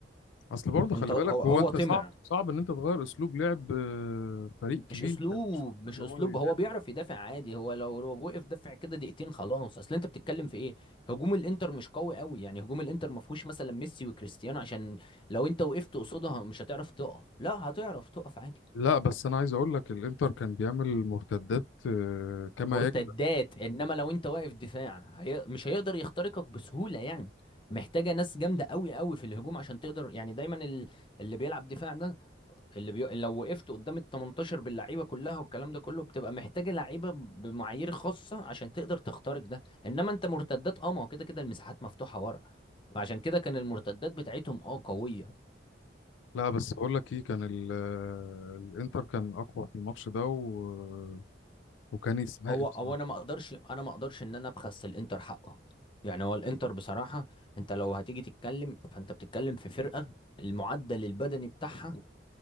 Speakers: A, on the left (about 85°); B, on the left (about 25°).
A: اصل برضه خلي
B: انت هو
A: بالك
B: هو
A: هو انت
B: طمع
A: صعب صعب ان انت تغير اسلوب لعب آه، فريق كبير
B: مش اسلوب
A: زي برشلونة
B: مش
A: ان
B: اسلوب
A: هو يدافع
B: هو بيعرف يدافع عادي هو لو لو وقف دفع كده دقيقتين خلاص اصل انت بتتكلم في ايه هجوم الانتر مش قوي قوي يعني هجوم الانتر ما فيهوش مثلا ميسي وكريستيانو عشان لو انت وقفت قصادها مش هتعرف تقف لا هتعرف تقف عادي
A: لا بس انا عايز اقول لك الانتر كان بيعمل مرتدات آه، كما
B: مرتدات
A: يجب
B: انما لو انت واقف دفاع هي... مش هيقدر يخترقك بسهولة يعني محتاجة ناس جامدة قوي قوي في الهجوم عشان تقدر يعني دايما ال- اللي بيلعب دفاع ده اللي بي... لو وقفت قدام ال 18 باللعيبة كلها والكلام ده كله بتبقى محتاجة لعيبة بمعايير خاصة عشان تقدر تخترق ده انما انت مرتدات اه ما هو كده كده المساحات مفتوحة ورا فعشان كده كان المرتدات بتاعتهم اه قوية
A: لا بس بقول لك ايه كان ال- آه، الانتر كان اقوى في الماتش ده و... وكان يستحق
B: هو
A: بصراحة
B: هو انا ما اقدرش انا ما اقدرش ان انا ابخس الانتر حقه يعني هو الانتر بصراحه انت لو هتيجي تتكلم فانت بتتكلم في فرقه المعدل البدني بتاعها